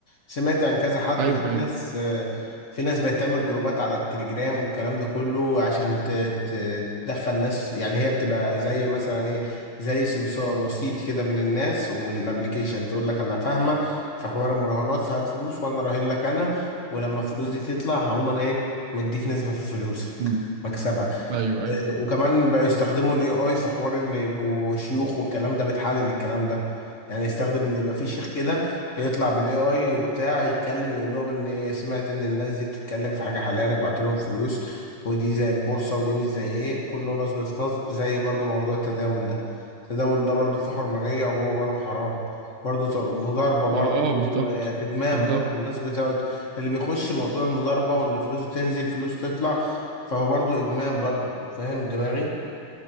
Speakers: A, on the left; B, on the right.
A: سمعت عن كذا حد
B: ايوه
A: وفي
B: ايوه
A: ناس آه، في ناس بقت تعمل جروبات على التليجرام والكلام ده كله عشان ت- ت- تدخل ناس يعني هي بتبقى زي مثلا ايه زي سمسار وسيط كده بين الناس والابليكيشن تقول لك انا فاهمة في حوار المراهنات فهات فلوس وانا راهن لك انا ولما الفلوس دي تطلع هقوم انا ايه مديك نسبة في فلوسك
B: مم.
A: مكسبك
B: ايوه ايوه
A: وكمان بقى يستخدموا الاي اي في حوار ان يبقوا شيوخ والكلام ده بتحلل الكلام ده يعني يستخدم ان يبقى في شيخ كده يطلع بالاي اي وبتاع يتكلم يقول لهم ان سمعت ان الناس دي بتتكلم في حاجه حلال ابعت لهم فلوس ودي زي البورصه ودي مش زي ايه كله نصب في نصب زي برضو موضوع التداول ده التداول ده برضو فيه حرمانيه وهو برضو حرام برضو ط- مضاربه برضو
B: ما هو اه بالظبط
A: وادمان
B: بالظبط
A: برضو الناس بتقعد اللي بيخش موضوع المضاربه وان فلوسه تنزل فلوسه تطلع فهو برضو ادمان برضو فاهم دماغي